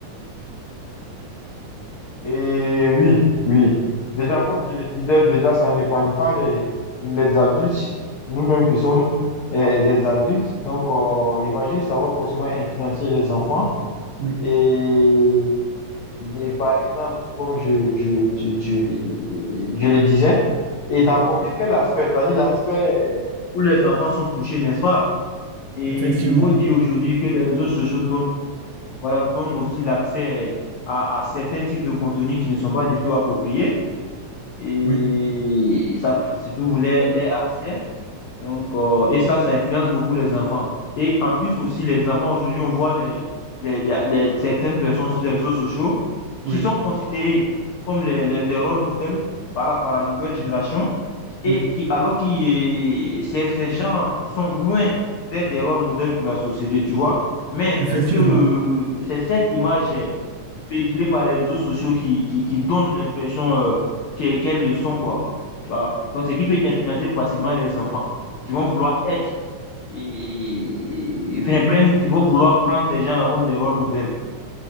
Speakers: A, on the left; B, on the right.
A: Et oui, oui. Déjà, comme je le disais, déjà, ça n'épargne pas les, les adultes, nous-mêmes qui sommes euh, des adultes. Donc, euh, imagine, ça va forcément influencer les enfants.
B: Oui,
A: Et, des- par exemple, comme je, je, je, je, je le disais, et
B: oui.
A: t'as abordé quel aspect? T'as dit l'aspect où les enfants sont touchés, n'est-ce pas? Et
B: Effectivement.
A: il faut dire aujourd'hui que les réseaux sociaux donnent voilà, donne aussi l'accès à, à certains types de contenus qui ne sont pas du tout appropriés. Et
B: Oui,
A: ça, surtout les, les accès donc, euh, et ça, ça influence beaucoup les enfants. Et en plus aussi, les enfants, aujourd'hui, on voit les, les- les- les- certaines personnes sur les réseaux sociaux
B: oui,
A: qui sont considérées comme les, les- des rôles modèles par la, par la nouvelle génération, et
B: oui,
A: qui, alors que ces, ces gens-là sont loin d'être des rôles modèles pour la société, tu vois. Mais
B: effectivement.
A: c'est ce que, euh, c'est cette image véhiculée par les réseaux sociaux qui, qui, qui donne l'impression euh, qu'elles qu'elles le sont, quoi. Tu vois? Donc, ce qui peut influencer facilement les enfants qui vont vouloir être, et, et- enfin, prendre, ils vont vouloir prendre ces gens-là comme des rôles modèles.